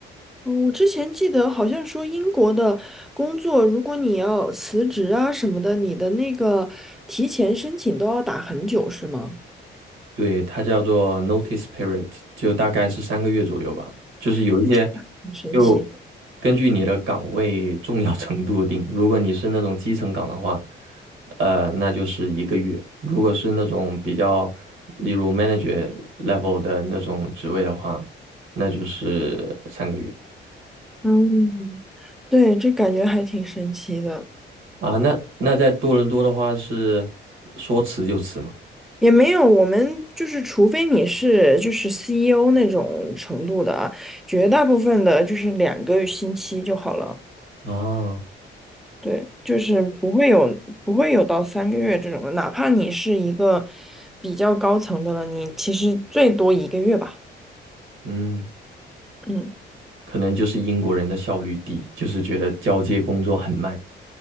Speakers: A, in the centre; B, on the right (about 75°).
A: 嗯，我之前记得好像说英国的工作，如果你要辞职啊什么的，你的那个提前申请都要打很久，是吗？
B: 对，它叫做 notice period，就大概是三个月左右吧。就是有一些，
A: 哎这个很神奇。
B: 就根据你的岗位重要程度定。如果你是那种基层岗的话，呃，那就是一个月；如果是那种比较，例如 manager level 的那种职位的话，那就是三个月
A: 嗯，对，这感觉还挺神奇的。
B: 啊。那那在多伦多的话是说辞就辞嘛。
A: 也没有，我们就是，除非你是就是 CEO 那种程度的啊，绝大部分的就是两个星期就好了。
B: 啊，
A: 对，就是不会有不会有到三个月这种的，哪怕你是一个比较高层的了，你其实最多一个月吧，
B: 嗯，
A: 嗯，
B: 可能就是英国人的效率低，就是觉得交接工作很慢。